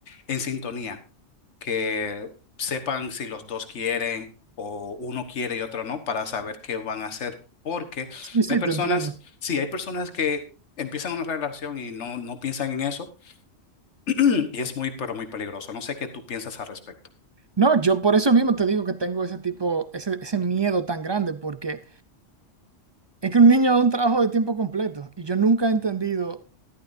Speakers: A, on the left; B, on the right.
A: en sintonía. que sepan si los dos quieren o uno quiere y otro no para saber qué van a hacer. Porque
B: Sí, sí,
A: hay personas,
B: te entiendo.
A: sí, hay personas que empiezan una relación y no, no piensan en eso <clears throat> y es muy, pero muy peligroso. No sé qué tú piensas al respecto.
B: No, yo por eso mismo te digo que tengo ese tipo, ese, ese miedo tan grande, porque es que un niño es un trabajo de tiempo completo y yo nunca he entendido